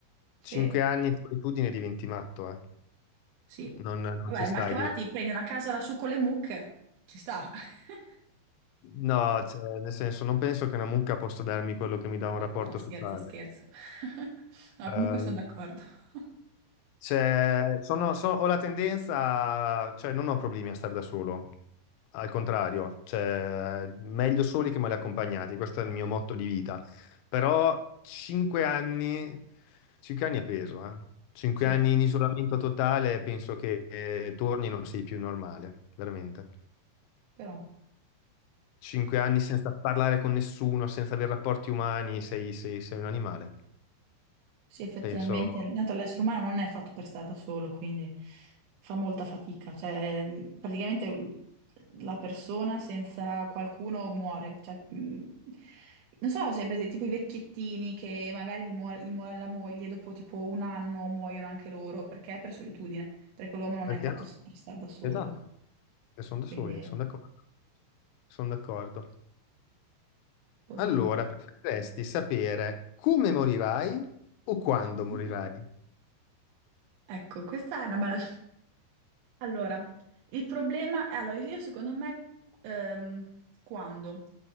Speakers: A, on the right; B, on the left.
A: Sì,
B: Cinque anni di solitudine diventi matto, eh.
A: sì.
B: Non, non
A: Vabbè,
B: ci stai.
A: mal che vada
B: diventi-
A: ti prendi una casa lassù con le mucche. Ci sta. <laughs>
B: No, cioè, nel senso, non penso che una mucca possa darmi quello che mi dà un rapporto
A: No, scherzo,
B: sociale.
A: scherzo. <laughs> No,
B: Ehm,
A: comunque sono d'accordo. <laughs>
B: Cioè, sono- so- ho la tendenza, cioè non ho problemi a stare da solo, al contrario, cioè, meglio soli che male accompagnati, questo è il mio motto di vita. Però 5 anni, 5 anni è peso, eh. 5
A: Sì,
B: anni in isolamento totale, penso che eh, torni e non sei più normale, veramente.
A: però.
B: 5 anni senza parlare con nessuno, senza avere rapporti umani, sei, sei- sei un animale,
A: Sì, effettivamente,
B: penso.
A: intanto l'essere umano non è fatto per stare da solo, quindi fa molta fatica, cioè mh, praticamente l- la persona senza qualcuno muore, cioè, mh, non so se hai presente tipo i vecchiettini che magari gli muore, gli muore la moglie, dopo tipo un anno muoiono anche loro, perché? Per solitudine, perché l'uomo non
B: Perché
A: è fatto
B: no?
A: s- per stare da solo,
B: Esatto. Eh, sono da
A: quindi
B: soli, sono d'accordo. Sono d'accordo.
A: poverini.
B: Allora, preferiresti sapere come morirai o quando
A: Mhm.
B: morirai?
A: Ecco, questa è una bella Allora, il problema è, allora, io secondo me, ehm, quando?